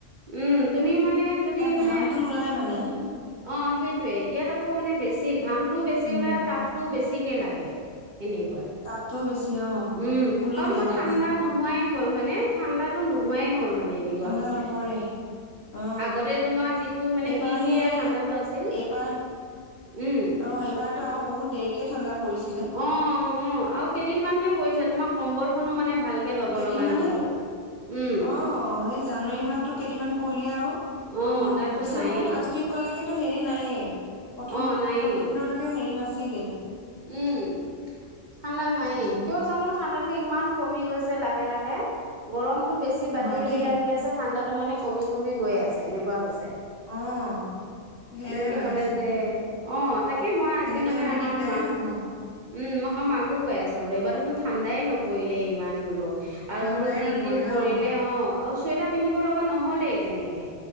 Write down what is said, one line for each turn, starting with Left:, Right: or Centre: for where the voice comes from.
Right: উম তুমি মানে যদি
Left: তাত
Right: মানে
Left: ঘামটো নোলাই <inaudible>
Right: অ সেইটোৱে ইয়াত আকৌ মানে বেছি ঘামটো বেছি
Left: উম
Right: ওলাই আৰু তাপতটোও বেছি। কি লাগে? এনেকুৱা
Left: তাপটোও বেছি অ
Right: উম
Left: পুৰি
Right: আৰু
Left: যায়
Right: তোমাৰ
Left: গা
Right: ঠাণ্ডা
Left: চা
Right: নোহোৱাই হ'ল হয়নে ঠাণ্ডাতো নোহোৱাই হ'ল। মানে এনেকুৱা
Left: ঠাণ্ডা
Right: হৈছে
Left: নপৰে অ
Right: আগতে তোমাৰ যিটো মানে
Left: এইবাৰহে
Right: শিৰশিৰয়া ঠাণ্ডাটো আছিল।
Left: এইবাৰ
Right: উম
Left: অ এইবাৰতো আৰু বহুত দেৰিকে ঠাণ্ডা পৰিছিলে
Right: অ অ আৰু কেইদিন মানহে পৰিছে তোমাৰ কম্বল খনো মানে ভালকে ল'ব
Left: কেইদিনমান
Right: লগা নহল
Left: হে অ'
Right: উম
Left: সেই জানুৱাৰী মাহতো কেইদিনমান পৰিলে আৰু
Right: অ
Left: উম
Right: তাৰপিছত
Left: ডিচেম্বৰ
Right: নায়েই
Left: ফাৰ্ষ্ট উইকলৈকে টো হেৰি নাইয়ে প্ৰথম
Right: অ নায়েই
Left: প্ৰথম কেইদিনলৈকে হেৰি নাছিল। আছিলে।
Right: উম ঠাণ্ডা নাইে
Left: উম
Right: কিয় জানো ঠাণ্ডাতো ইমান কমি গৈছে লাহ লাহে লাহে। গৰমটো বেছি বাঢ়ি,
Left: হয়
Right: বাঢ়ি
Left: দেই
Right: আহি আছে ঠাণ্ডাত মানে কমি, কমি গৈ আছে এনেকুৱা হৈছে।
Left: অ', সেইয়াই
Right: এনেকে
Left: হৈ
Right: হলে
Left: আছে।
Right: যে অ। তাকে মই আজি
Left: তেনেকে
Right: মানে
Left: হ'লে
Right: আমাৰ
Left: দিগদাৰেই
Right: মাক
Left: হ'ব।
Right: উম, মই মাকো গৈ আছো বোলো এইবাৰ দেখোন ঠাণ্ডাই নপৰিলে ইমান বোলো। আৰু
Left: ঠাণ্ডাই
Right: বোলো যিকেইদিন
Left: নপৰিলে
Right: পৰিলে
Left: অ
Right: অ', আও চুৱেটাৰ পিন্ধিব লগা নহ'লেই তেনেকে।